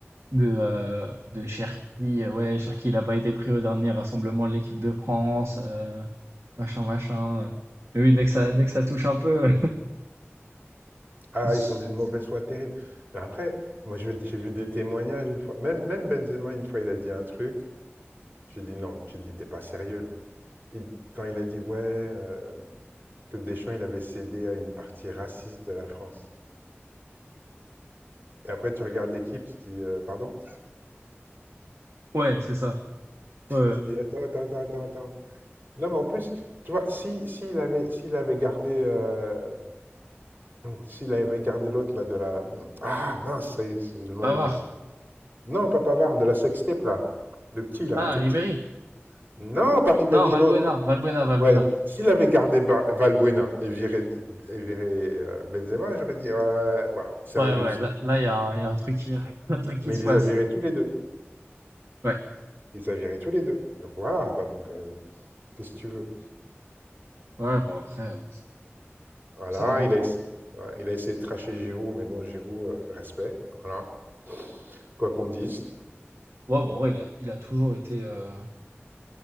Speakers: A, on the right (about 75°); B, on the right (about 50°).
A: De, euh, de Cherki, euh, ouais, Cherki, il a pas été pris au dernier rassemblement de l'équipe de France, euh, machin, machin. euh. Mais oui, dès que ça,
B: hmm.
A: dès que ça touche un peu,
B: Ah,
A: <laughs>
B: ils sont d'une mauvaise foi terrible. Mais après, moi, je- j'ai vu des témoignages une fois. Même, même Benzema, une fois, il a dit un truc. J'ai dit non. J'ai dit, t'es pas sérieux, là. Il- quand il a dit, ouais, euh, que Deschamps, il avait cédé à une partie raciste de la France. Et après, tu regardes l'équipe, tu dis, euh, pardon?
A: ouais, c'est ça. Ouais,
B: Tu dis, attends, attends, attends, attends, attends. Non, mais en plus, tu vois, si, s'il avait, s'il avait gardé, euh, s'il avait gardé l'autre, là, de la. Ah, mince, ça y est, c'est- le nom,
A: Pavard.
B: il est parti. Non, pas Pavard, de la sextape, là. Le petit, là,
A: Ah,
B: tout
A: Ribéry.
B: petit. Non, pas Ribéry,
A: Non, Valbuena,
B: l'autre.
A: Valbuena, Valbuena.
B: Ouais. Ah, S'il avait gardé Ba- Valbuena et viré, et viré euh, Benzema, j'aurais dit, euh, voilà, c'est
A: Ouais,
B: injuste.
A: ouais, là, là, il y a, un- il y a un truc qui, <laughs> un truc qui
B: Mais
A: se
B: il
A: passe.
B: les a virés tous les deux.
A: Ouais.
B: Il les a virés tous les deux. Donc voilà, quoi. Donc, euh, qu'est-ce que tu veux?
A: Ouais, bon, après, euh,
B: Voilà,
A: ça, hein.
B: il a essayé, ouais, il a essayé de tracher Giroud, mais bon, Giroud, euh, respect. Voilà. Quoi qu'on dise.
A: Ouais, bon, ouais, il a, il a toujours été, euh,